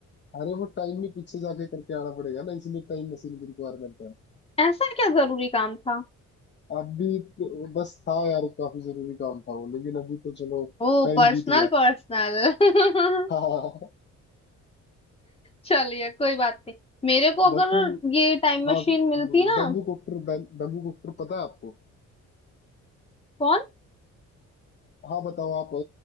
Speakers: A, on the left; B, on the left.
A: अरे वो टाइम में पीछे जाके करके आना पड़ेगा ना इसलिए टाइम मशीन की रिक्वायरमेंट है
B: ऐसा क्या जरूरी काम था
A: अब भी तो बस था यार काफी जरूरी काम था वो लेकिन अभी तो चलो
B: ओ
A: टाइम
B: पर्सनल
A: बीत गया
B: पर्सनल <laughs>
A: <laughs> हाँ
B: चलिए कोई बात नहीं मेरे को अगर
A: बाकी
B: ये टाइम
A: हाँ
B: मशीन मिलती ना
A: बैम्बू कॉप्टर बैम्बू कॉप्टर पता है आपको
B: कौन
A: हाँ बताओ आप अ,